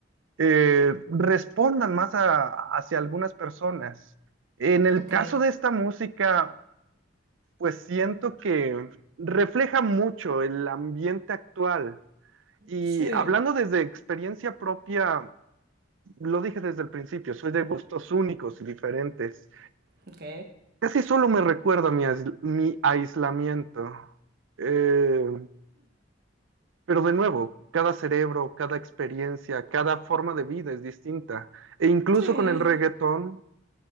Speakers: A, on the right (about 85°); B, on the right (about 55°).
A: eh, respondan más a- hacia algunas personas. En el
B: ok,
A: caso de esta música, pues siento que refleja mucho el ambiente actual. Y
B: sí,
A: hablando desde experiencia propia, lo dije desde el principio, soy de gustos únicos y diferentes.
B: ok,
A: Casi solo me recuerda mi, ais- mi aislamiento. Eh, pero de nuevo, cada cerebro, cada experiencia, cada forma de vida es distinta. E incluso
B: sí,
A: con el reggaetón,